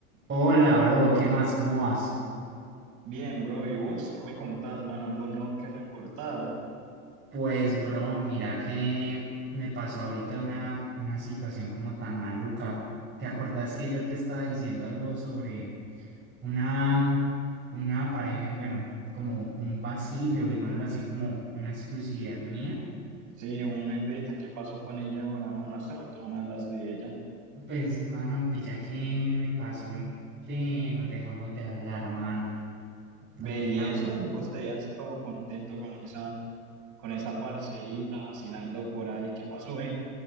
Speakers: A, on the right (about 25°); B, on the right (about 45°).
A: Hola, bro, ¿qué más? ¿Cómo vas?
B: Bien, bro, ¿y vos qué me contás, mano? ¿Algo nuevo que reportar?
A: Pues, bro, mira que me pasó ahorita una, una situación como tan maluca. ¿Te acordás que yo te estaba diciendo algo sobre una, una pareja, bueno, como un vacío, digámoslo así, como una exclusividad mía?
B: Sí, una hembrita, ¿qué pasó con ella ahora, mano? Hace rato no hablas de ella.
A: Pues, mano, pilla que me pasó que nos dejamos de hablar, mano.
B: Ve,
A: Nos dejamos
B: y eso,
A: de hablar.
B: vos te veías todo contento con esa, con esa parcerita vacilando por ahí. ¿Qué pasó, eh?